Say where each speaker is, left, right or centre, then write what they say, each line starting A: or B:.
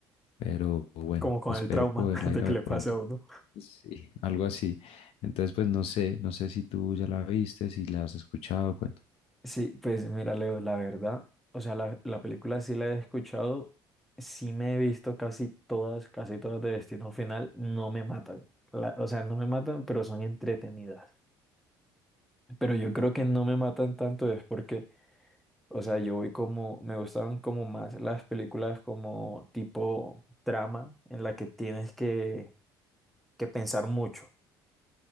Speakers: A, on the left (about 65°); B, in the centre.
A: pero bueno,
B: como con
A: espero
B: el trauma
A: poderla
B: <laughs> de
A: ir a
B: que
A: ver
B: le
A: pronto.
B: pase a uno.
A: Sí, algo así. Entonces, pues no sé, no sé si tú ya la viste, si la has escuchado, cuento.
B: Sí, pues mira, Leo, la verdad, o sea, la, la película sí la he escuchado, sí me he visto casi todas, casi todas de Destino Final, no me matan. La- o sea, no me matan, pero son entretenidas. Pero yo creo que no me matan tanto es porque, o sea, yo voy como, me gustan como más las películas como tipo trama en la que tienes que, que pensar mucho.